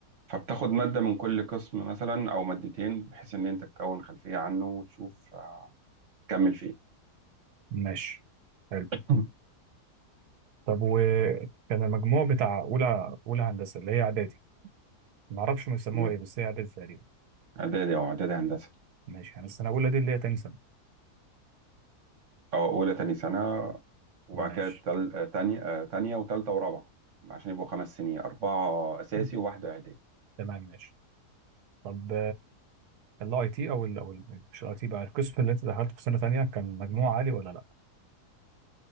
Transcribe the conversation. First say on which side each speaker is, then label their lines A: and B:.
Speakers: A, on the right; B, on the right.
A: فبتاخد مادة من كل قسم مثلا أو مادتين بحيث إن أنت تكون خلفية عنه وتشوف آه، تكمل فيه
B: ماشي حلو
A: <laughs>
B: طب وكان المجموع بتاع أولى أولى هندسة اللي هي إعدادي معرفش هم بيسموها
A: تمام
B: إيه بس هي إعدادي تقريبا
A: إعدادي أو إعدادي هندسة
B: ماشي يعني السنة الأولى دي اللي هي تاني سنة
A: أو أولى تاني سنة وبعد
B: ماشي
A: كده تل... آه، تانية آه، تانية وتالتة ورابعة عشان يبقوا خمس سنين أربعة أساسي
B: مم.
A: وواحدة إعدادي
B: تمام ماشي طب الاي تي او ال أو ال- مش الاي تي بقى القسم اللي انت دخلته في سنة تانية كان مجموع عالي ولا لا؟